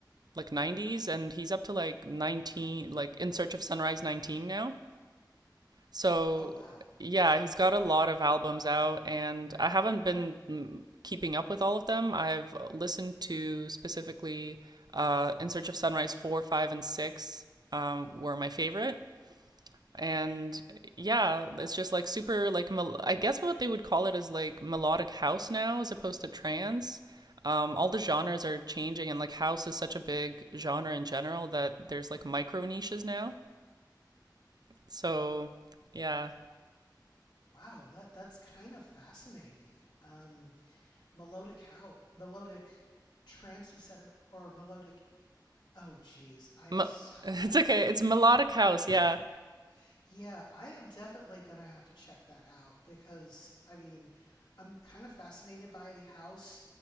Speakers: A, on the right; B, on the left.
A: like 90s, and he's up to like 19, like In Search of Sunrise 19 now. So
B: Oh, wow.
A: yeah, he's got a lot of albums out, and I haven't been mm, keeping up with all of them. I've listened to specifically uh, In Search of Sunrise 4, 5, and 6 um, were my favorite and yeah it's just like super like mel- i guess what they would call it is like melodic house now as opposed to trance um, all the genres are changing and like house is such a big genre in general that there's like micro niches now so yeah
B: Wow, that that's kind of fascinating. Um, melodic how melodic trancey set of or melodic oh geez i am
A: Me-
B: so
A: <laughs> it's
B: bad
A: okay it's melodic house yeah
B: <laughs> yeah i am definitely gonna have to check that out because i mean i'm kind of fascinated by house